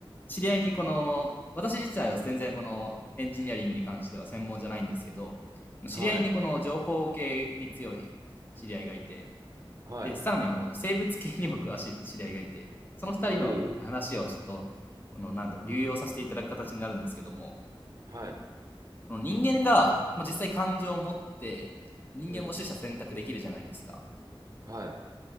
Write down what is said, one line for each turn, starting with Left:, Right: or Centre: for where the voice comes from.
Left: 知り合いにこの、私自体は全然このエンジニアリングに関しては専門じゃないんですけど、知り合いにこの情報系に強い知り合いがいて、
Right: はい。はい。
Left: で、さらにあの、生物系に僕、足、知り合いがいて、その二人の話をちょっと、
Right: おお。
Left: この、なんだ、流用させていただく形になるんですけども、
Right: はい。
Left: この人間が、まあ、実際感情を持って、人間も取捨選択できるじゃないですか。
Right: うん。はい。